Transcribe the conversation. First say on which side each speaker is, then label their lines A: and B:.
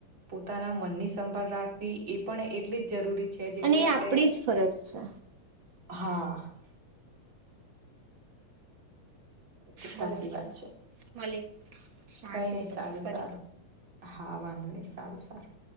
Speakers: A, on the right; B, on the right.
A: પોતાના મનની સંભાળ રાખવી એ પણ એટલી જ જરૂરી છે. જેટલી
B: અને એ
A: આપણે
B: આપણી જ ફરજ છે.
A: હા. એ તો
B: બોલો
A: સાચી
B: બીજ
A: વાત છે
B: મળએ શાંતિથી
A: કઈ નહી
B: પછી
A: સારું
B: ફરી.
A: સારું હા વાંધો નહી સારું સારું.